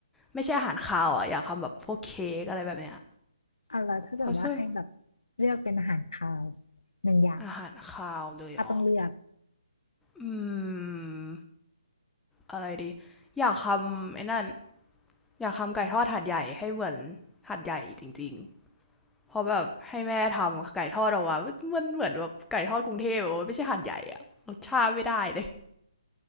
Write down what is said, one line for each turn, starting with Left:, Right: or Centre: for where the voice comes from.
Centre: ไม่ใช่อาหารคาวอะอยากทำแบบพวกเค้กอะไรแบบเนี้ย
Left: เอาละถ้าเกิดว่าให้แบบ
Centre: เพราะเพื่อ
Left: เลือกเป็นอาหารคาวหนึ่งอย่าง
Centre: อาหารคาวเลยเหรอ
Left: ถ้าต้องเลือก
Centre: อืม อะไรดีอยากทำไอ้นั่นอยากทำไก่ทอดหัดใหญ่ให้เหมือนหัดใหญ่จริงๆเพราะแบบให้แม่ทำไก่ทอดออกมามันเหมือนแบบไก่ทอดกรุงเทพอบมไม่ใช่หัดใหญ่อะรสชาติไม่ได้เลย